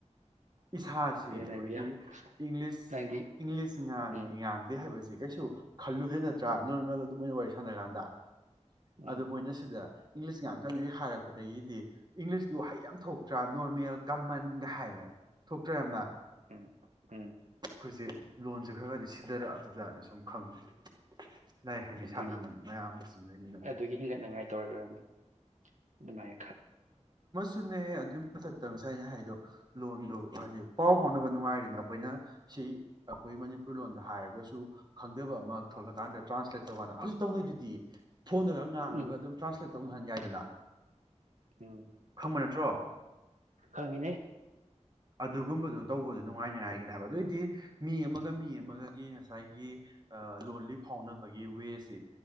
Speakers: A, on the right; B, on the right.
A: ꯏꯁꯥꯁꯤ ꯑꯩꯈꯣꯏꯒꯤ
B: ꯅꯪꯗꯤ ꯌꯥꯝ
A: ꯏꯪꯂꯤꯁ
B: ꯅꯪꯗꯤ
A: ꯏꯪꯂꯤꯁ ꯉꯥꯡꯤ
B: ꯎꯝ
A: ꯉꯥꯡꯗꯦ ꯍꯥꯏꯕꯁꯤ ꯀꯩꯁꯨ ꯈꯜꯂꯨꯗꯦ ꯅꯠꯇ꯭ꯔꯥ ꯅꯣꯔꯃꯦꯜ ꯑꯗꯨꯝ ꯃꯣꯏꯅ ꯋꯥꯔꯤ ꯁꯥꯟꯅ ꯀꯥꯟꯗ
B: ꯎꯝ
A: ꯑꯗꯨ ꯃꯣꯏꯅ ꯁꯤꯗ ꯏꯪꯂꯤꯁ ꯉꯇꯅ ꯍ ꯍꯥꯏꯔꯛꯄ ꯑꯗꯒꯤꯗꯤ ꯏꯪꯂꯤꯁꯀꯤ ꯋꯥꯍꯩ ꯌꯥꯝ ꯊꯣꯛꯇ꯭ꯔꯥ ꯅꯣꯔꯃꯦꯜ ꯀꯃꯟꯒ ꯍꯥꯏꯔ ꯊꯣꯛꯇ꯭ꯔ ꯌꯥꯝꯅ
B: ꯎꯝ ꯎꯝ
A: ꯑꯩꯈꯣꯏꯁꯦ ꯂꯣꯟꯁꯦ ꯈꯔ ꯈꯔꯗꯤ ꯁꯤꯊꯔꯛꯑꯕ ꯑꯣꯕꯖꯥꯔꯅ ꯁꯨꯝ ꯈꯪꯗꯦ ꯂꯥꯏꯔꯤꯛ ꯍꯩꯕꯤ
B: ꯑꯗꯨꯒꯤ
A: ꯁꯥꯟꯅꯃꯜ ꯃꯌꯥꯝ ꯑꯃꯁꯨ ꯂꯩꯃꯤꯟꯅꯕ
B: ꯑꯗꯨꯒꯤ ꯍꯤꯡꯒꯠꯅꯉꯥꯏ ꯇꯧꯔ ꯑꯣꯏꯔꯝꯅꯤ꯫ ꯃꯥꯏ
A: ꯑꯗꯨꯨꯅꯦ ꯑꯗꯨꯒꯤ ꯃꯊꯛꯇ ꯉꯁꯥꯏ ꯑꯩꯅ ꯍꯥꯏꯗꯣ ꯂꯣꯟꯗꯣ ꯍꯥꯏꯗꯤ ꯄꯥꯎ ꯐꯥꯎꯅꯕ ꯅꯨꯡꯉꯥꯏꯗꯅ ꯑꯩꯈꯣꯏꯅ ꯁꯤ ꯑꯩꯈꯣꯏ ꯃꯅꯤꯄꯨꯔꯤ ꯂꯣꯟꯗ ꯍꯥꯏꯔꯒꯁꯨ ꯈꯪꯗꯕ ꯑꯃ ꯊꯣꯛꯂꯛꯀꯥꯟꯗ ꯇ꯭ꯔꯥꯟꯁꯂꯦꯠ ꯍꯧꯖꯤꯛ ꯇꯧꯅꯩꯗꯨꯗꯤ ꯐꯣꯟ ꯗꯒꯥ ꯉꯥꯡꯉꯒ
B: ꯎꯝ
A: ꯑꯗꯨꯝ ꯇꯔꯥꯟꯁꯂꯦꯠ ꯇꯧꯅꯍꯟ ꯌꯥꯏꯗꯅ꯫
B: ꯎꯝ
A: ꯈꯪꯕ ꯅꯠꯇ꯭ꯔꯣ
B: ꯈꯪꯉꯤꯅꯦ꯫
A: ꯑꯗꯨꯒꯨꯝꯕꯗꯨ ꯇꯧꯕꯗꯨꯣ ꯅꯨꯡꯉꯥꯏꯅꯤꯉꯥꯏꯒꯤꯅꯦ ꯍꯥꯏꯕ ꯑꯗꯨꯑꯣꯏꯗꯤ ꯃꯤ ꯑꯃꯒ ꯃꯤ ꯉꯁꯥꯏꯒꯤ ꯑꯥ ꯂꯣꯟ ꯂꯤ ꯐꯥꯎꯅ ꯑꯩꯈꯣꯏꯒꯤ ꯋꯦꯁꯤ